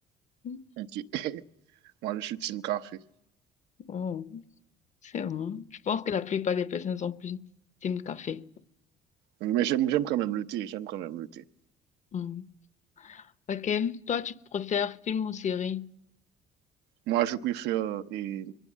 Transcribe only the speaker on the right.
<laughs> Moi, je suis team café.
Mais j'aime j'aime quand même le thé. J'aime quand même le thé.
Moi, je préfère eh,